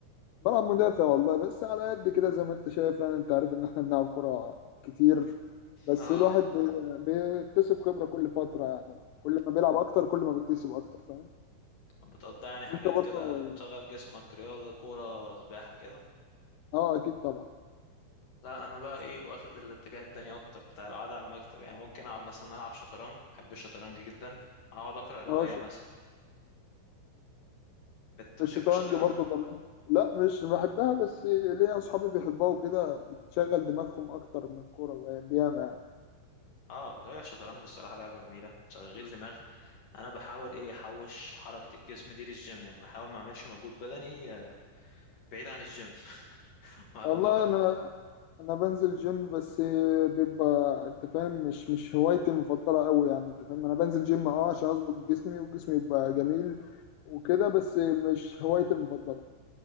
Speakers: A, on the left; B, on the left.
A: بلعب مدافع والله بس على قد كده زي ما أنت شايف يعني أنت عارف إن إحنا بنلعب كورة كتير بس
B: اه
A: الواحد بي- بيكتسب خبرة كل فترة يعني كل ما بيلعب أكتر كل ما بيكتسب أكتر فاهم
B: بتقضي يعني حاجات
A: أنت برضه
B: كده بتشغل جسمك رياضه كوره سباحه كده
A: أه أكيد طبعا
B: لا انا بقى ايه واخد الاتجاه التاني اكتر بتاع القعده على المكتب يعني ممكن اقعد مثلا العب شطرنج بحب الشطرنج جدا اقعد اقرا روايه
A: أه ش...
B: مثلا بت...
A: الشطرنج
B: بتحب الشطرنج
A: برضه جميل لا مش بحبها بس ليا اصحابي بيحبوها وكده بتشغل دماغهم اكتر من الكوره يعني بياما يعني
B: اه هي الشطرنج الصراحه لعبه جميله تشغيل دماغ انا بحاول ايه احوش حركه الجسم دي للجيم يعني بحاول ما اعملش مجهود بدني آه، بعيد عن الجيم <laughs> بروح
A: والله انا انا بنزل جيم بس بيبقى انت فاهم مش مش هوايتي المفضله قوي يعني انت فاهم انا بنزل جيم اه عشان اظبط جسمي وجسمي يبقى جميل وكده بس مش هوايتي المفضله